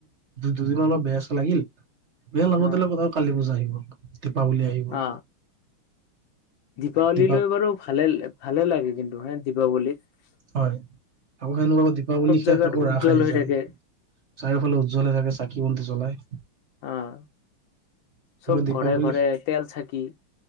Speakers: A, on the right (about 50°); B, on the left (about 70°).
A: দুদিন অলপ বেয়া চেয়া লাগিল বেয়া লাগোতে
B: অ
A: লাগো আও কালি পূজা আহিব দীপাৱলী আহি গ'ল
B: অ দীপাৱলী
A: দীপা
B: লৈ বাৰু ভালে। ভালে লাগে কিন্তু হে দীপৱলীত।
A: হয় আকৌ সেনেকুৱা আকৌ দীপাৱলী শেষ
B: জেগাত
A: আকৌ
B: উজ্জ্বল
A: ৰাস আহি
B: হৈ
A: যায়।
B: থাকে
A: চাৰিওফালে উজ্জ্বল হৈ থাকে চাকি বন্তি চলাই।
B: অহ চব
A: দীপাৱলী
B: ঘৰে ঘৰে তেল চাকি।